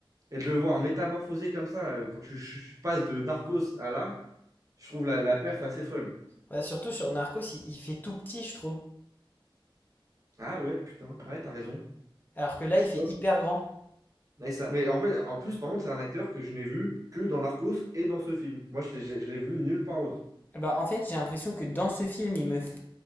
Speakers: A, on the right; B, on the left.
A: Et de le voir métamorphosé comme ça, euh, quand tu ch- ch- passes de Darkos à là, je trouve la, la perf assez folle.
B: Ouais, surtout sur Narcos, il, il fait tout petit, je trouve.
A: Ah ouais, putain, Ah ouais, t'as raison.
B: Alors que là, il fait
A: Ouais,
B: hyper grand.
A: Mais, ça- mais en fait, en plus, par contre, c'est un acteur que je n'ai vu que dans Narcos et dans ce film. Moi, je l'ai je l'ai vu nulle part autre.
B: Bah, en fait, j'ai l'impression que dans ce film, il me... f-